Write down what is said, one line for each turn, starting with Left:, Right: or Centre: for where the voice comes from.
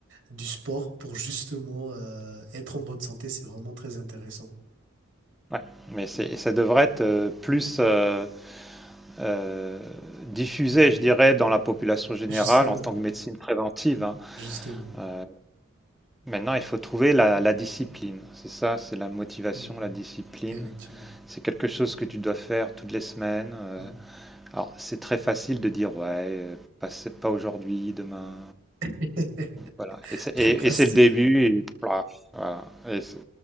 Right: du sport pour justement euh, être en bonne santé, c'est vraiment très intéressant.
Centre: ouais, mais c'est ça devrait être, heu, plus, heu euh, diffusée, je dirais, dans la population générale
Right: Justement,
Centre: en tant que médecine préventive. hein.
Right: justement.
Centre: Euh, maintenant, il faut trouver la, la discipline. C'est ça, c'est la motivation,
Right: Mhm.
Centre: la discipline.
Right: Effectivement.
Centre: C'est quelque chose que tu dois faire toutes les semaines. euh.
Right: Mhm.
Centre: alors, c'est très facile de dire, ouais, euh, pas, c'est pas aujourd'hui, demain.
Right: <laughs>
Centre: Voilà. Et c'est et-
Right: Procrastiner.
Centre: et c'est le début. Et, plaf, voilà. Et c'est-